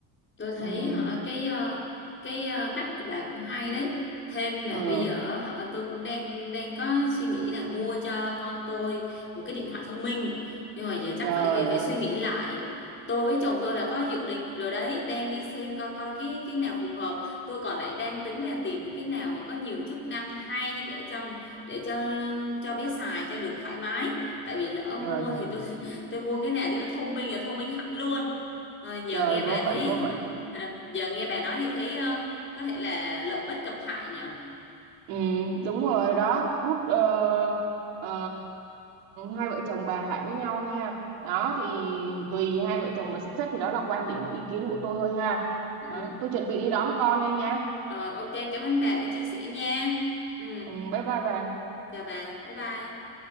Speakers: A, on the left; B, on the right.
A: tôi thấy
B: ừ,
A: họ cái ờ, cái ờ, cách của bà cũng hay đấy thêm mà
B: ừ,
A: bây giờ họ tôi cũng đang đang có suy nghĩ là mua cho con tôi một cái điện thoại thông minh nhưng mà giờ chắc
B: trời
A: phải phải
B: ơi
A: suy nghĩ lại tôi với chồng tôi là có dự định rồi đấy đang đi xem coi coi cái cái nào phù hợp tôi còn lại đang tính là tìm những cái nào mà có nhiều chức năng hay để cho để cho cho bé xài cho được thoải mái tại vì lỡ
B: trời
A: mua
B: trời
A: thì tôi <laughs> tôi mua cái nào cho nó thông minh là thông minh hẳn luôn Ờ, giờ
B: trời
A: nghe
B: vớ
A: bà
B: vẩn
A: thấy
B: vớ vẩn
A: À, giờ nghe bà nói thì thấy ờ, có thể là lợi bất cập hại nhờ.
B: ừ, đúng rồi đó rút ờ, ờ, hai vợ chồng bàn lại với nhau nha đó thì tùy hai vợ chồng mà sắp xếp thì đó là quan điểm ý kiến của tôi thôi ha
A: Ừ.
B: đó, tôi chuẩn bị đi đón con đây nha
A: Rồi ok, cảm ơn bà đã chia sẻ nha. Ừ.
B: ừ, bye bye bà
A: Chào bà, bye bye.